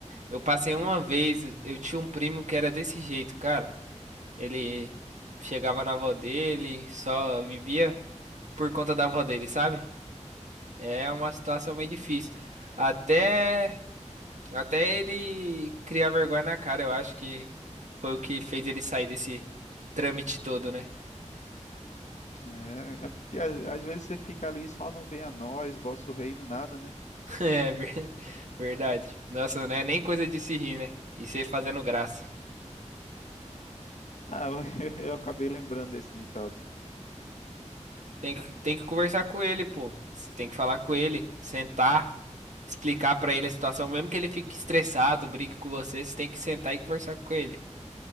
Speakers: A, on the right; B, on the left.
A: eu passei uma vez, eu tinha um primo que era desse jeito, cara. Ele chegava na avó dele, só vivia por conta da avó dele, sabe? É uma situação meio difícil. Até Até ele criar vergonha na cara, eu acho que foi o que fez ele sair desse trâmite todo, né?
B: É, é porque às, às vezes você fica ali só não vem a nós, vosso reino, nada, né?
A: <laughs> É ver- verdade. Nossa, não é nem coisa de se rir, né? E você fazendo graça.
B: Ah, <laughs> eu acabei lembrando desse ditado.
A: Tem que, tem que conversar com ele, pô. Você tem que falar com ele, sentar, explicar pra ele a situação, mesmo que ele fique estressado, brigue com você, você tem que sentar e conversar com ele.